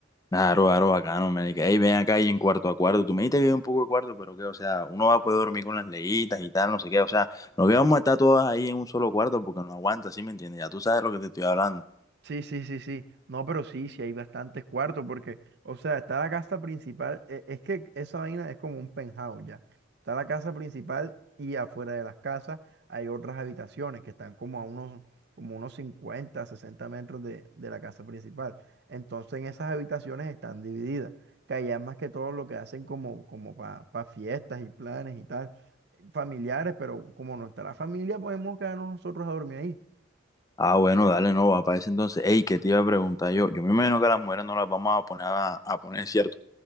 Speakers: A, on the left (about 20°); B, on the right (about 55°).
A: Claro, claro, bacano, man. Y que, "Ey, ven acá y en cuarto a cuarto. Tú me dijiste que hay un poco de cuarto, pero que, o sea, uno va a poder dormir con las leyitas y tal, no sé qué. O sea, no que vamos a estar todas ahí en un solo cuarto porque no aguanta, ¿sí me entiendes? Ya tú sabes lo que te estoy hablando.
B: Sí, sí, sí, sí. No, pero sí, sí hay bastantes cuartos porque, o sea, está la casa principal. e- Es que esa vaina es como un penthouse ya. Está la casa principal y afuera de las casas hay otras habitaciones que están como a unos, como unos 50 60 metros de, de la casa principal. Entonces en esas habitaciones están divididas, que allá es más que todo lo que hacen como, como para fiestas y planes y tal, familiares, pero como no está la familia, podemos quedarnos nosotros a dormir ahí.
A: Ah, bueno, dale, no, va para ese entonces. Ey, ¿qué te iba a preguntar yo? Yo me imagino que a las mujeres no las vamos a poner a, a poner, ¿cierto?